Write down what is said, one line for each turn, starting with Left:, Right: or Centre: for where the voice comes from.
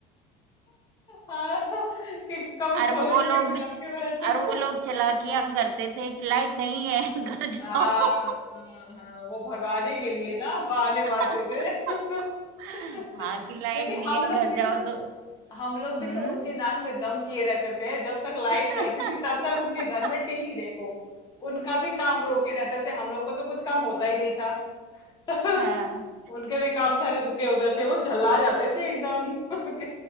Left: हाँ, कि कब
Right: और
Left: खोले
Right: वो
Left: के
Right: लोग
Left: मैं
Right: भी
Left: आके बैठू
Right: और वो लोग चालाकियां करते थे कि लाइट नहीं है <laughs> घर जाओ
Left: हाँ हाँ हाँ वो भगाने के लिए ना बहाने मारते
Right: <laughs>
Left: थे <laughs> क्योंकि
Right: हाँ कि लाइट नहीं
Left: हम
Right: है
Left: लोग
Right: घर
Left: भी
Right: जाओ
Left: तो
Right: दो
Left: हम लोग भी
Right: हम्म
Left: तो उनके नाक में दम किए रहते थे जब तक लाइट
Right: <laughs>
Left: रहती थी तब तक उनके घर में टीवी देखो उनका भी काम रोके रहते थे हम लोग को तो कुछ काम होता ही नहीं था <laughs>
Right: हाँ
Left: उनके भी काम सारे रुके होते थे वो झल्ला जाते थे एकदम <laughs>